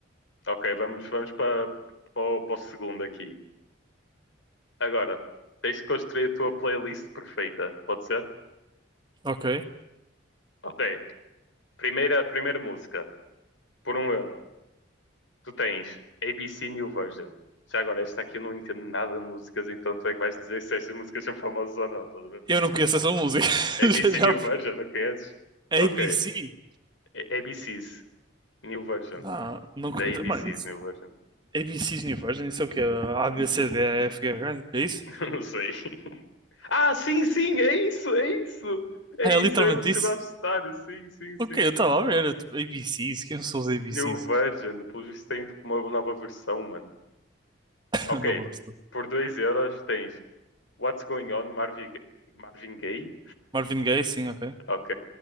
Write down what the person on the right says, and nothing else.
Ok.
Eu não conheço essa música. <laughs>
Já, já-
ABC?
Não, não,
co-
mano,
ABCs New Version, isso é o quê? A, B, C, D, E, F, G, H, é isso?
Ah,
é literalmente
isso?
Ok, eu estava a ver, eu, tipo, ABCs, quem são os ABCs?
<laughs>
Não vou gostar.
Marvin Gaye, sim, ok.